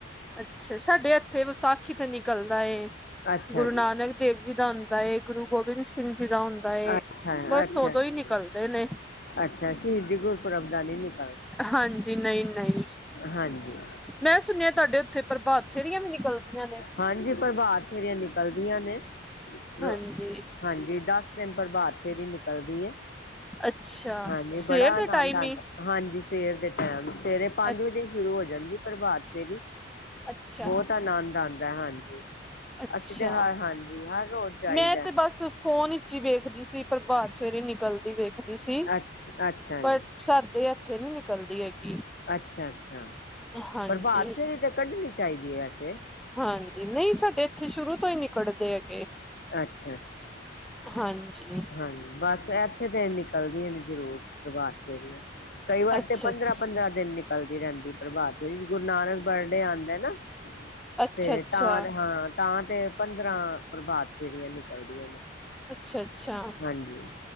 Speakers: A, in the centre; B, on the left.
A: ਅੱਛਾ ਸਾਡੇ ਐਥੇ ਵਿਸਾਖੀ ਤੇ ਨਿਕਲਦਾ ਏ।
B: ਅੱਛਾ
A: ਗੁਰੂ
B: ਅੱਛਾ
A: ਨਾਨਕ ਦੇਵ ਜੀ ਦਾ ਆਂਦਾ ਏ ਗੁਰੂ ਗੋਬਿੰਦ ਸਿੰਘ ਜੀ ਦਾ ਆਉਦਾ ਏ।
B: ਅੱਛਾ
A: ਬਸ
B: ਅੱਛਾ
A: ਓਦੋਂ
B: ਅੱਛਾ
A: ਹੀ ਨਿਕਲਦੇ ਨੇ
B: ਅੱਛਾ ਸ਼ਹੀਦੀ, ਗੁਰਪੁਰਬ ਦਾ ਨੀ ਨਿਕ
A: ਹਾਂਜੀ, ਨਹੀਂ-ਨਹੀਂ
B: ਹਾਂਜੀ
A: ਮੈਂ ਸੁਣਿਆ ਤੁਆਡੇ ਉੱਥੇ ਪ੍ਰਭਾਤ ਫੇਰੀਆਂ ਵੀ ਨਿਕਲਦੀਆਂ ਨੇ।
B: ਹਾਂਜੀ ਪ੍ਰਭਾਤ ਫੇਰੀਆਂ ਨਿਕਲਦੀਆਂ ਨੇ ਰੋ
A: ਹਾਂਜੀ।
B: ਹਾਂਜੀ ਦਸ ਦਿਨ ਪ੍ਰਭਾਤ ਫੇਰ ਨਿਕਲਦੀ ਐ
A: ਅੱਛਾ
B: ਹਾਂਜੀ,
A: ਸਵੇਰ
B: ਬੜਾ ਆਨੰਦ
A: ਦੇ ਟਾਈਮ
B: ਆਂਦਾ
A: ਹੀ
B: ਹਾਂਜੀ ਸਵੇਰ ਦੇ ਟੈਮ ਸਵੇਰੇ ਪੰਜ
A: ਅ
B: ਵਜੇ ਸ਼ੁਰੂ ਹੋ ਜਾਂਦੀ ਪ੍ਰਭਾਤ ਫੇਰੀ
A: ਅੱਛਾ
B: ਬਹੁਤ ਆਨੰਦ ਆਂਦਾ ਹਾਂਜੀ
A: ਅੱਛਾ,
B: ਅਸੀਂ ਤੇ ਹਰ ਹਾਂਜੀ ਹਰ ਰੋਜ਼ ਜਾਈਦਾ
A: ਮੈਂ ਤੇ ਬਸ ਫੋਨ ਜੀ ਵੇਖਦੀ ਸੀ। ਪਰਭਾਤ ਫੇਰੀਂ ਨਿਕਲਦੀ ਵੇਖਦੀ ਸੀ
B: ਅੱਛਾ ਅੱਛਾ
A: ਪਰ
B: ਜੀ
A: ਸਾਡੇ ਐਥੇ ਨੀ ਨਿਕਲਦੀ ਹੈਗੀ।
B: ਅੱਛਾ-ਅੱਛਾ
A: ਹਾਂਜੀ
B: ਪ੍ਰਭਾਤ ਫੇਰੀ ਤੇ ਕੱਢਣੀ ਚਾਈਦੀ ਏ ਵੈਸੇ
A: ਹਾਂਜੀ ਨਹੀਂ ਸਾਡੇ ਐਥੇ ਸ਼ੁਰੂ ਤੋਂ ਈ ਨੀ ਕੱਡਦੇ ਹੈਗੇ।
B: ਅੱਛਾ-ਅੱਛਾ।
A: ਹਾਂਜੀ
B: ਹਾਂਜੀ ਬਸ ਐਥੇ ਤੇ ਨਿਕਲਦੀਆਂ ਨੇ ਜ਼ਰੂਰ ਪ੍ਰਭਾਤ ਫੇਰੀਆਂ ਕਈ ਵਾਰ
A: ਅੱਛਾ
B: ਤੇ ਪੰਦਰਾਂ
A: ਅੱਛ
B: ਪੰਦਰਾਂ ਦਿਨ ਨਿਕਲਦੀ ਰਹਿੰਦੀ ਪ੍ਰਭਾਤ ਫੇਰੀ ਗੁਰੂ ਨਾਨਕ ਬਰਡੇ ਆਂਦਾ ਏ ਨਾ।
A: ਅੱਛਾ
B: ਤੇ
A: ਅੱਛਾ,
B: ਤਾਂ ਹਾਂ ਤਾਂ ਤੇ ਪੰਦਰਾਂ ਪ੍ਰਭਾਤ ਫੇਰੀਆ ਨਿਕਲਦੀਆਂ ਨੇ।
A: ਅੱਛਾ-ਅੱਛਾ।
B: ਹਾਂਜੀ,